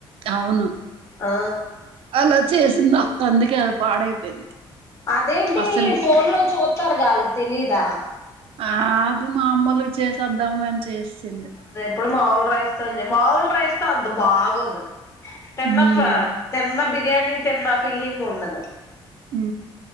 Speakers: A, on the right (about 75°); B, on the left (about 30°).
A: అవును
B: ఆ
A: అలా చేసిందా అందుకే అది పాడైపోయింది
B: అదేంటి
A: అసలు
B: ఫోన్ లో చూ తారుగా అల్లకి తెలీయదా
A: ఆ అది మా అమ్మలుగ చేసేద్దాంలే అన్ చేసేసింది
B: ప్పుడు మాముూలు రైస్తో చె మాముూలు రైస్తో ఒద్దు బాగోదు తిన్న
A: ఉమ్
B: ఫ్ తిన్న బి ర్యానీి తిన్న ఫీలింగ్ ఉండదు
A: హు